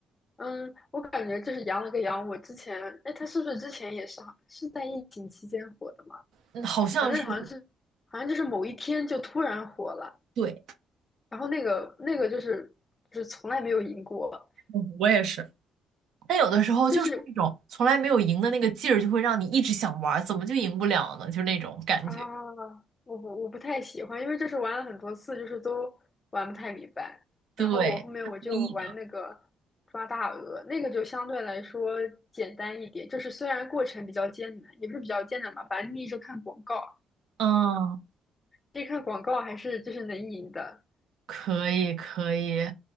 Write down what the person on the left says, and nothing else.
嗯，我感觉就是羊了个羊。我之前，哎，它是不是之前也是好是在疫情期间火的嘛？
反正好像是，好像就是某一天就突然火了。
然后那个那个就是就是从来没有赢过，
<laughs> 就是
啊，我不我不太喜欢，因为就是玩了很多次，就是都玩不太明白。
然后我后面我就玩那个
抓大鹅，那个就相对来说简单一点，就是虽然过程比较艰难，也不是比较艰难吧，反正你一直看广告，
这看广告还是就是能赢的